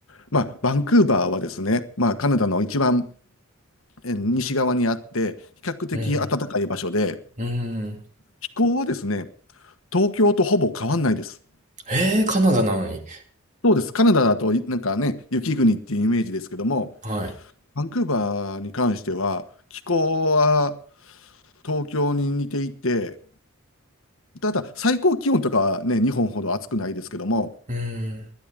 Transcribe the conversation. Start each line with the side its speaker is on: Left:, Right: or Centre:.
Left: まあ、バンクーバーはですね、まあ、カナダの一番えー西側にあって、比較的暖かい場所で、
Right: うん。うん。
Left: 気候はですね、東京とほぼ変わんないです。
Right: えー、カナダなのに。
Left: そうです。カナダだとなんかね、雪国っていうイメージですけども、
Right: はい。
Left: バンクーバーに関しては、気候は東京に似ていて、ただ最高気温とかはね、日本ほど暑くないですけども、
Right: うん。